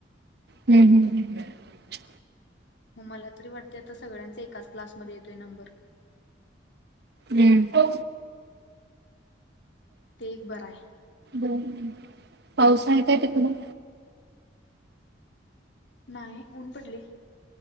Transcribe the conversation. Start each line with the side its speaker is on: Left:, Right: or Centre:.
Right: हम्म हम्म ह्.
Left: मग मला तरी वाटते, आता सगळ्यांचा एकाच क्लासमध्ये येतोय नंबर.
Right: हम्म.
Left: ते एक बरं आहे
Right: बर पाऊस आहे काय ते तिकडं?
Left: नाही, ऊन पडले.